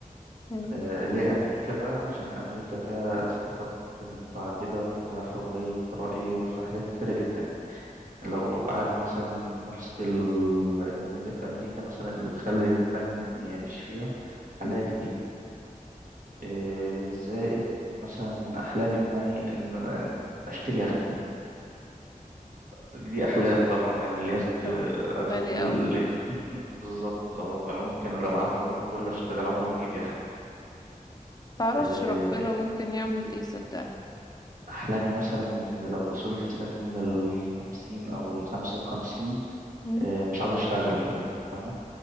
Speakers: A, on the left; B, on the right.
A: مم.
B: آه ليه أمريكا بقى عشان أمريكا فيها ثقافات متعددة وفيها حرية رأي وفيها حاجات كتيرة جدا لو قعدنا مثلا نحصي مميزات أمريكا مثلا اللي تخلي الإنسان يعيش فيها هنلاقي
A: مم. ان
B: كتير إيه، زائد مثلا من أحلامي إن أنا إن أنا أشتري يخت دي أحلام طبعا لأن اليخت
A: شاء الله غالي
B: اليخت
A: قوي اه
B: <laughs> بالظبط اه فأنا ممكن لو قعدت عمري كله أشتغل عمري ما أجيب يخت
A: متعرفش
B: إيه،
A: ربنا ممكن يعمل ايه صدقني
B: أحلامي مثلا إن لو وصلت سن الخمسين أو الخمسة وخمسين
A: مم.
B: إيه، مش عاوز أشتغل يعني فاهمة